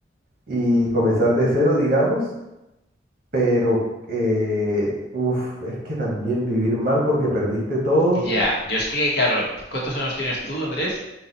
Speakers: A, on the right; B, on the left.
A: y comenzar de cero, digamos, pero eh, uf, es que también vivir mal porque perdiste todo.
B: Ya, yo es que, claro, ¿cuántos años tienes tú, Andrés?